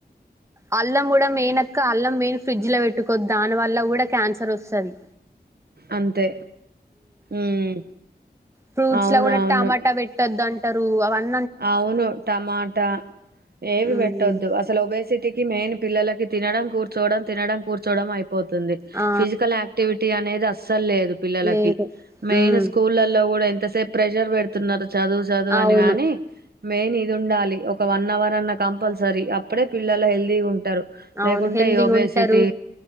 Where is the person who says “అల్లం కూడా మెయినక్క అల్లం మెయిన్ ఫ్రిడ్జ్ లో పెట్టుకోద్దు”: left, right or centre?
Right